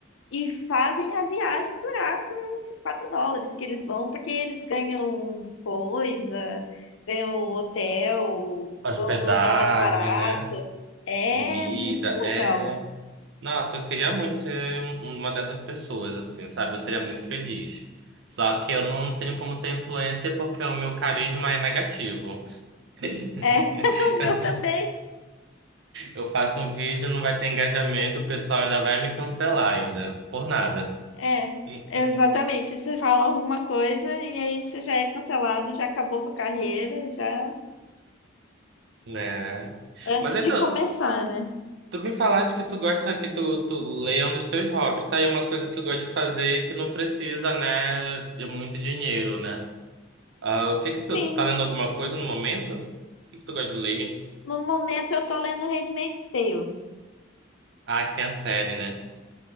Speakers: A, on the left; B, on the right.
A: e fazem a viagem durar com esses 4 dólares que eles vão, porque eles ganham coisa, ganham hotel,
B: Hospedagem,
A: vão no hotel mais barato.
B: né?
A: É
B: Comida,
A: muito legal.
B: é. Nossa, eu queria muito ser um- uma dessas pessoas, assim, sabe? Eu seria muito feliz. Só que eu não tenho como ser influencer porque o meu carisma é negativo. <laughs>
A: É, <laughs> o meu
B: Eu
A: também.
B: t- eu faço um vídeo, não vai ter engajamento, o pessoal ainda vai me cancelar ainda, por nada,
A: É,
B: <laughs>
A: exatamente. Você fala alguma coisa e aí você já é cancelado, já acabou sua carreira, já
B: né?
A: antes
B: Mas então,
A: de começar, né?
B: tu me falaste que tu gosta que tu, tu leia um dos teus hobbies, tá? E uma coisa que eu gosto de fazer que não precisa, né, de muito dinheiro, né? Ah, o que que tu
A: Sim,
B: tá lendo alguma coisa no momento? O que que tu gosta de ler?
A: no momento eu tô lendo Handmaid's Tale.
B: Ah, tem a série, né?